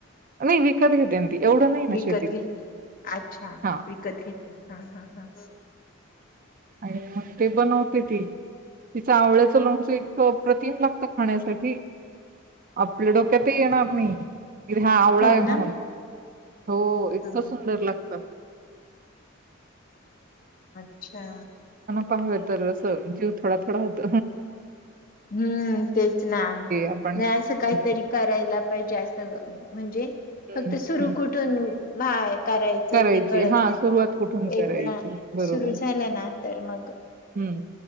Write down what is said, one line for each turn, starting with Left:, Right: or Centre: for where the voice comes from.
Right: नाही विकत घेते ना ती. एवढं नाही ना
Left: विकत
Right: शेतीत
Left: घेते अच्छा
Right: हा
Left: विकत घेते हा हा हा
Right: अ ते बनवते ती तिचं आवळ्याचं लोणचं इतकं अप्रतिम लागतं खाण्यासाठी आपपलड कथे येण आपनी हा आवळा
Left: हो
Right: आहे म्हणून
Left: ना?
Right: हो इतकं
Left: हां.
Right: सुंदर लागतं
Left: अच्छा
Right: पाव तर असं जीव थोडा थोडा होत
Left: हम्म तेच ना
Right: आपण
Left: नाही असं काहीतरी
Right: हम्म,
Left: करायला पाहिजे असं म्हणजे
Right: हम्म,
Left: फक्त सुरू
Right: हम्म.
Left: कुठून भाय करायचं
Right: करायची
Left: ते कळत
Right: हा
Left: नाही
Right: सुरुवात कुठून
Left: एकदा
Right: करायची बरोबर.
Left: सुरू झाल्या ना तर मग
Right: हम्म.